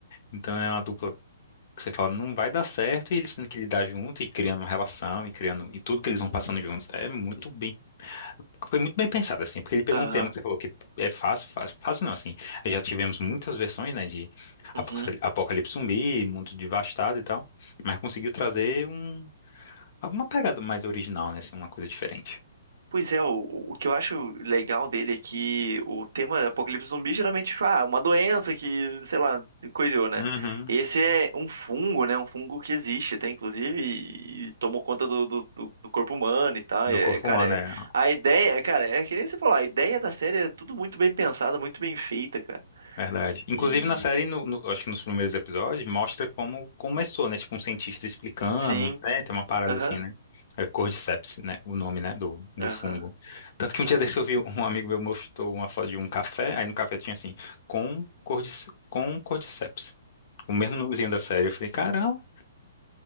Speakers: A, on the left; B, on the right.
A: Então é uma dupla que você fala, não vai dar certo, e eles tendo que lidar junto e criando uma relação e criando e tudo que eles vão
B: Uhum.
A: passando juntos. É muito bem, foi muito bem pensado assim, porque ele pegou
B: Aham.
A: um tema que você falou que é fácil, fácil, fácil não, assim. Já tivemos muitas versões, né, de apo-
B: Uhum.
A: Apocalipse zumbi, mundo devastado e tal, mas conseguiu trazer um alguma pegada mais original, né, assim, uma coisa diferente.
B: Pois é, o, o que eu acho legal dele é que o tema Apocalipse Zumbi geralmente, tipo, ah, uma doença que, sei lá, coisou, né?
A: Uhum.
B: Esse é um fungo, né? Um fungo que existe até, inclusive, e, e tomou conta do, do, do- do corpo humano e tal. É,
A: Do corpo
B: cara,
A: humano,
B: é,
A: né?
B: a ideia, cara, é que nem você falou, a ideia da série é tudo muito bem pensada, muito bem feita, cara.
A: Verdade. Inclusive
B: E
A: na série, no- no- acho que nos primeiros episódios, mostra como começou, né? Tipo, um cientista explicando,
B: sim,
A: né? Tem uma parada
B: aham,
A: assim, né? É Cordyceps, né? O nome, né? Do, do
B: aham,
A: fungo. Tanto que
B: cara.
A: um dia desse eu vi um amigo meu mostrou uma foto de um café, aí no café tinha assim, com cordyce com Cordyceps. O mesmo nomezinho da série. Eu falei, caramba,